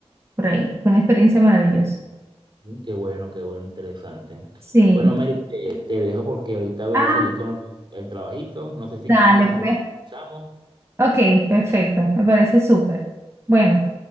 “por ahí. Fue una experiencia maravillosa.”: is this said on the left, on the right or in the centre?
Right